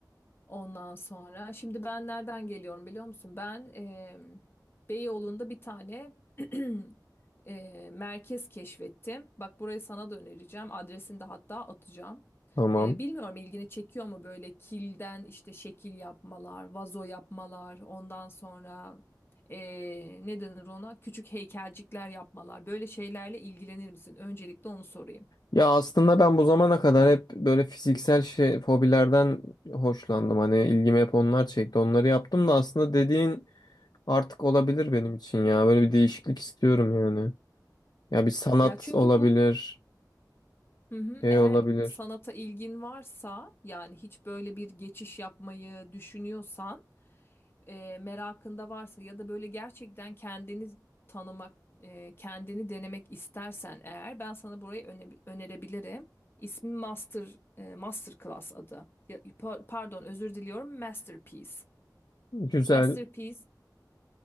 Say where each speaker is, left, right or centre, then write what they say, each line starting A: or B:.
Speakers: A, on the left (about 30°); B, on the left (about 65°).
A: Ondan sonra şimdi ben nereden geliyorum biliyor musun? Ben eee Beyoğlu'nda bir tane <clears throat> eee, merkez keşfettim. Bak burayı sana da önereceğim. Adresini de hatta atacağım.
B: Tamam.
A: Eee, bilmiyorum ilgini çekiyor mu böyle kilden işte şekil yapmalar, vazo yapmalar, ondan sonra eee ne denir ona? Küçük heykelcikler yapmalar. Böyle şeylerle ilgilenir misin? Öncelikle onu sorayım.
B: Ya aslında ben bu zamana kadar hep böyle fiziksel şey, hobilerden hoşlandım. Hani ilgimi hep onlar çekti. Onları yaptım da aslında dediğin artık olabilir benim için ya. Böyle bir değişiklik istiyorum yani. Ya bir sanat
A: Ya çünkü
B: olabilir,
A: bu Hı hı.
B: şey
A: Eğer
B: olabilir.
A: sanata ilgin varsa yani hiç böyle bir geçiş yapmayı düşünüyorsan e, merakında varsa ya da böyle gerçekten kendini tanımak e, kendini denemek istersen eğer ben sana burayı öne- önerebilirim. İsmi Master e, Masterclass adı. Ya, pa- pardon özür diliyorum Masterpiece.
B: Güzel.
A: Masterpiece.